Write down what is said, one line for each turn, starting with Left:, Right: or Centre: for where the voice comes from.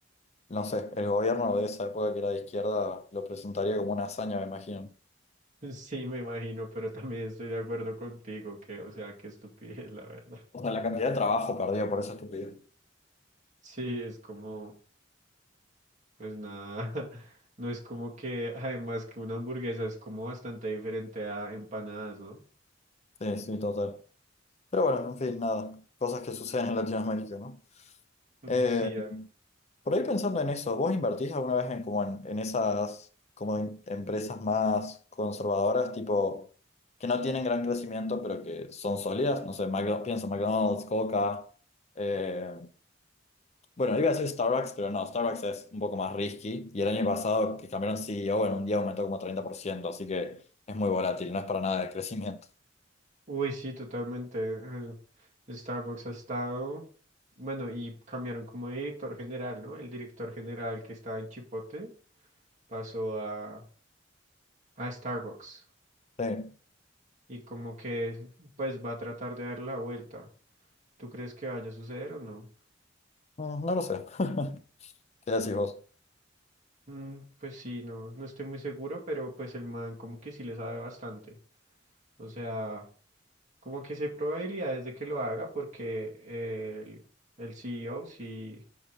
Left: no sé, el gobierno de esa época que era de izquierda lo presentaría como una hazaña, me imagino.
Right: Sí, me imagino, pero también estoy de acuerdo contigo que, o sea, qué estupidez, la verdad.
Left: O sea, la cantidad de trabajo perdido por esa estupidez.
Right: Sí, es como Pues nada, <laughs> no es como que, además que una hamburguesa es como bastante diferente a empanadas, ¿no?
Left: Sí, sí, total. Pero bueno, en fin, nada. Cosas que suceden en Latinoamérica, ¿no?
Right: <laughs>
Left: Eh,
Right: Sí, ah.
Left: por ahí pensando en eso, ¿vos invertís alguna vez en, como en, en esas como en- empresas más conservadoras, tipo, que no tienen gran crecimiento, pero que son sólidas? No sé, McDonald's, pienso McDonald's, Coca. eh, bueno, iba a decir Starbucks, pero no, Starbucks es un poco más risky. Y el año pasado que cambiaron CEO, en un día aumentó como treinta por ciento así que es muy volátil, no es para nada de crecimiento.
Right: Uy, sí, totalmente. el Starbucks ha estado, bueno, y cambiaron como de director general, ¿no? El director general que estaba en Chipotle pasó a, a Starbucks
Left: Sí.
Right: y como que pues va a tratar de dar la vuelta. ¿Tú crees que vaya a suceder o no?
Left: Mm, No lo sé. <laughs> ¿Qué decís vos?
Right: Mm, pues sí, no, no estoy muy seguro, pero pues el man como que sí le sabe bastante. O sea, como que sí hay probabilidades de que lo haga porque el, el CEO sí,